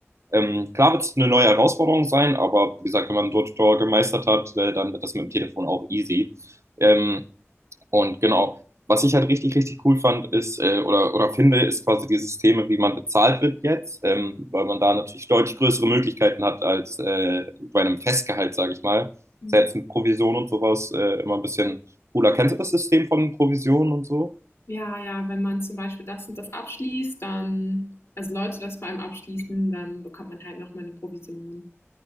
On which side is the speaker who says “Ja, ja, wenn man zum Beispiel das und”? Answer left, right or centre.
Left